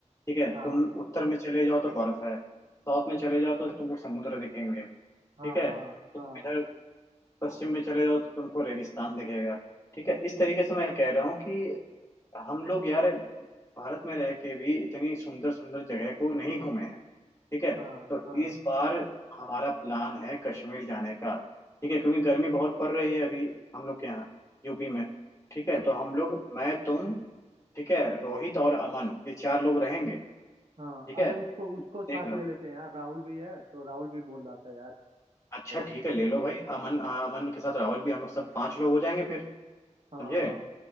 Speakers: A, on the left (about 25°); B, on the right (about 55°).
A: ठीक है तुम
B: हाँ
A: उत्तर में चले जाओ तो बर्फ है साउथ में चले जाओ तो तुमको समुद्र दिखेंगे ठीक
B: हाँ
A: है
B: हाँ
A: तुम
B: हाँ
A: इधर पश्चिम में चले जाओ तो तुमको रेगिस्तान दिखेगा ठीक है इस तरीके से मैं कह रहा हूँ कि हम लोग यार भारत में रह के भी इतनी सुंदर सुंदर जगह को नहीं घूमे हैं ठीक है
B: हाँ
A: तो
B: हाँ
A: इस बार हमारा प्लान है कश्मीर जाने का ठीक है क्योंकि गर्मी बहुत पड़ रही है अभी हम लोग के यहाँ यूपी में ठीक है तो हम लोग मैं तुम ठीक है रोहित और अमन ये चार लोग रहेंगे
B: हाँ
A: ठीक है
B: अरे उसको उसको साथ
A: देख लो
B: ले लेते हैं यार राहुल भी है तो राहुल भी बोल रहा था यार तो
A: अच्छा ठीक है ले लो भाई अमन आ, अमन के साथ राहुल भी हम लोग सब पांच लोग हो जाएंगे फिर समझे
B: हाँ हाँ